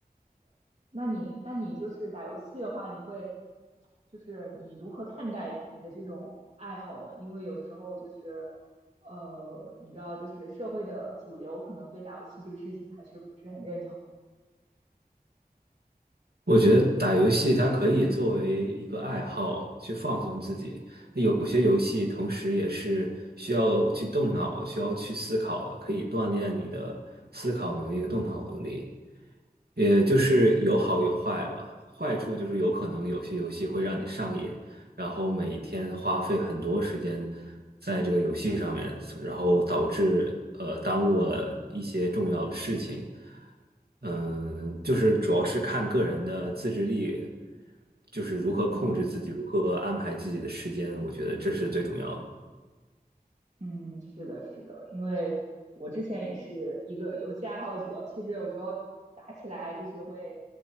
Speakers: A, on the right; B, on the right.
A: 那你那你就是打游戏的话，你会就是你如何看待你的这种爱好呢？因为有时候就是呃，你知道，就是社会的主流可能对打游戏这个事情还是不是很认同。
B: 我觉得打游戏它可以作为一个爱好去放松自己，有些游戏同时也是需要去动脑、需要去思考的，可以锻炼你的思考能力和动脑能力。也就是有好有坏吧，坏处就是有可能有些游戏会让你上瘾，然后每一天花费很多时间在这个游戏上面，然后导致呃耽误了一些重要的事情。嗯，就是主要是看个人的自制力，就是如何控制自己，
A: 嗯。
B: 如何安排自己的时间，我觉得这是最重要的。
A: 嗯，是的，是的，因为我之前也是一个游戏爱好者，其实有时候打起来就是会